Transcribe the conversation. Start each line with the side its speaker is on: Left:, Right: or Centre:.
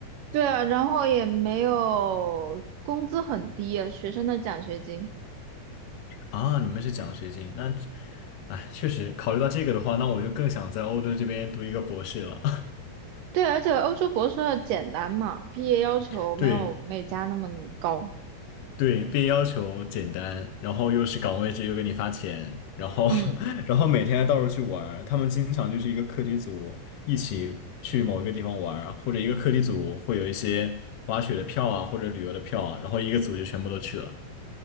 Right: 对啊，然后也没有工资很低啊，学生的奖学金。
Left: 啊。你们是奖学金，那，哎，确实考虑到这个的话，那我就更想在欧洲这边读一个博士了。
Right: 对，而且欧洲博士要简单嘛，毕业要求没有美加那么高。
Left: <laughs> 对对，被要求简单，然后又是岗位制，又给你发钱，然后
Right: 嗯，
Left: <laughs> 然后每天还到处去玩儿他们经常就是一个课题组一起去某一个地方玩儿或者一个课题组会有一些滑雪的票啊，或者旅游的票啊，然后一个组就全部都去了。